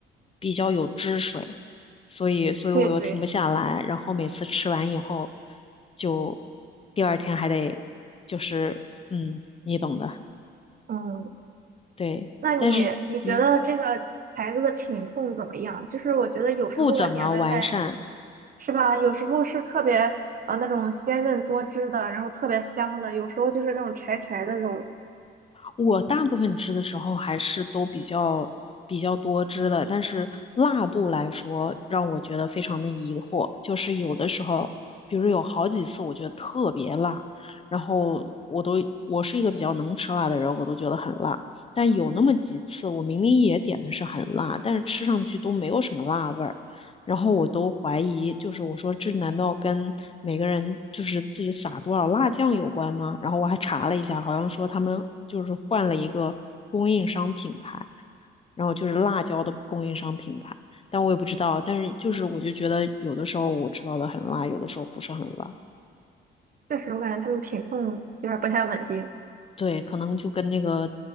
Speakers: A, on the left; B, on the right.
A: 比较有汁水，所以所以我又停不下来，
B: 对对，
A: 然后每次吃完以后，就第二天还得就是嗯，你懂的，
B: 嗯，
A: 对，
B: 那你你觉得这个牌子的品控怎么样？
A: 但是嗯
B: 就是我觉得有时候我点外卖
A: 不怎么完善。
B: 是吧，有时候是特别呃那种鲜嫩多汁的，然后特别香的，有时候就是那种柴柴的肉，
A: 我大部分吃的时候还是都比较比较多汁的，但是辣度来说，让我觉得非常的疑惑。就是有的时候，比如有好几次我觉得特别辣，然后我都我是一个比较能吃辣的人，我都觉得很辣。但有那么几次，我明明也点的是很辣，但是吃上去都没有什么辣味儿。然后我都怀疑，就是我说这难道跟每个人就是自己撒多少辣酱有关吗？然后我还查了一下，好像说他们就是换了一个供应商品牌，然后就是辣椒的供应商品牌，但我也不知道。但是就是我就觉得有的时候我吃到的很辣，有的时候不是很辣。
B: 确实我感觉他们品控有点儿不太稳定。
A: 对，可能就跟那个